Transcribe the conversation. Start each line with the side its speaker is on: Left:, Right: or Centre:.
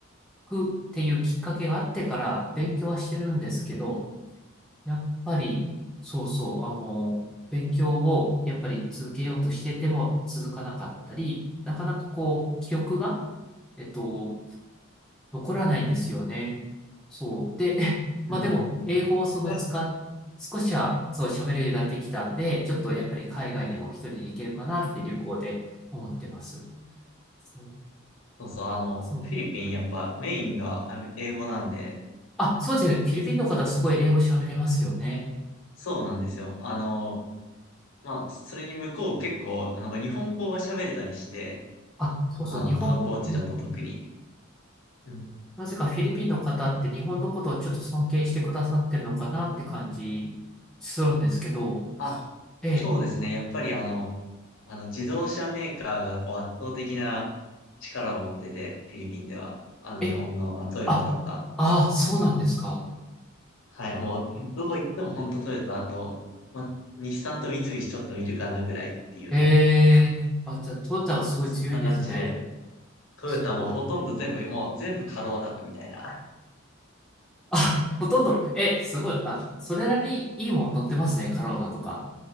Centre: くっていうきっかけがあってから勉強はしてるんですけど、やっぱり、そうそう、あの、勉強をやっぱり続けようとしてても続かなかったり、なかなかこう、記憶が、えっと、残らないんですよね。そう。で、<laughs>
Left: うん。
Centre: まあでも、英語をその使っ、
Left: <laughs>
Centre: 少しはそう喋れるようになってきたんで、ちょっとやっぱり海外にも一人で行けるかなって旅行で思ってます。そう、
Left: そうそう、あの、
Centre: そう。
Left: フィリピンやっぱメインがあの英語なんで、
Centre: あ、そうですね。フィリピンの方すごい英語喋れますよね。
Left: そうなんですよ。あの、まあ、それに向こう結構、なんか日本語が喋れたりして、
Centre: あ、そうそう。
Left: あの、
Centre: 日本、
Left: 観光地だと特に。
Centre: うんうん
Left: うん。
Centre: なぜかフィリピンの方って日本のことをちょっと尊敬してくださってるのかなって感じするんですけど、
Left: あ、
Centre: え
Left: そうですね。やっぱりあの、あの、自動車メーカーがこう圧倒的な力を持ってて、フィリピンでは。あの、
Centre: え、
Left: 日本の、
Centre: え、
Left: まあ、トヨタとか、
Centre: あ、ああ、そうなんですか。
Left: はい、もう、どこ行っても本当トヨタと、ま、日産と三菱ちょっと見るかなぐらいっていう、
Centre: ええ、あ、じゃあ、トヨタがすごい強いんですね。
Left: そんな感じで、トヨタもほとんど全部、
Centre: すごい。
Left: もう全部カローラみたいな。
Centre: あ、ほとんど、え、すごい。あ、それなりにいいもん乗ってますね、カローラとか。